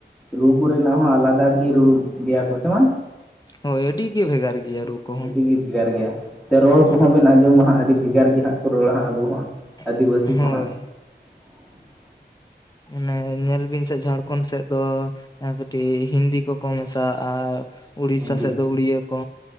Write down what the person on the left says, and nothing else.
ᱦᱳᱭ ᱟᱹᱰᱤ ᱜᱮ ᱵᱷᱮᱜᱟᱨ ᱜᱮᱭᱟ ᱨᱩ ᱠᱚᱦᱚᱸ
ᱦᱮᱸ
<unintelligible>
ᱦᱳᱭ
᱾
ᱚᱱᱮ ᱧᱮᱞ ᱵᱤᱱ ᱥᱮᱫ ᱡᱷᱟᱲᱠᱷᱚᱸᱱᱰ ᱥᱮᱫ ᱫᱚ ᱮᱸ ᱠᱟᱹᱴᱤᱡ ᱦᱤᱱᱫᱤ ᱠᱚᱠᱚ ᱢᱮᱥᱟᱜᱼᱟᱻ ᱾ ᱩᱲᱤᱥᱟ
ᱥᱮᱫ ᱫᱚ ᱩᱲᱤᱭᱟᱹ ᱠᱚ